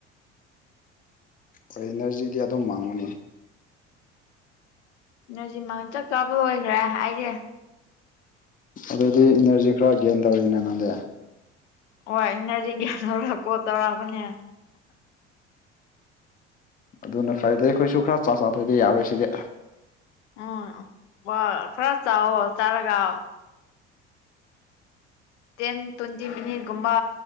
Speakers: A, on the left (about 25°); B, on the left (about 75°).
A: ꯈꯣꯏ ꯏꯅꯔꯖꯤꯗꯤ ꯑꯗꯨꯝ ꯃꯥꯡꯕꯅꯦ
B: ꯏꯅꯔꯖꯤ ꯃꯥꯟ ꯆꯥꯛ ꯆꯥꯕ ꯂꯣꯏꯒ꯭ꯔꯦ ꯑꯩꯗꯤ
A: ꯑꯗꯨꯗꯤ ꯏꯅꯔꯖꯤ ꯈꯔ ꯒꯦꯟ ꯇꯧꯔꯦꯅꯦ ꯅꯪꯗꯤ
B: ꯑꯣꯏ ꯏꯅꯔꯖꯤ ꯒꯦꯟ ꯇꯧꯔ ꯀꯣꯜ ꯇꯧꯔꯛꯄꯅꯦ
A: ꯑꯗꯨꯅ ꯐꯔꯦꯗꯥ ꯑꯩꯈꯣꯏꯁꯨ ꯈꯔ ꯆꯥ ꯆꯥꯗꯥꯗꯤ ꯌꯥꯔꯣꯏ ꯁꯤꯗꯤ
B: ꯎꯝ ꯋꯥ ꯈꯔ ꯆꯥꯎꯑꯣ ꯆꯥꯔꯒ ꯇꯦꯟ ꯇꯨꯟꯇꯤ ꯃꯤꯅꯤꯠꯀꯨꯝꯕ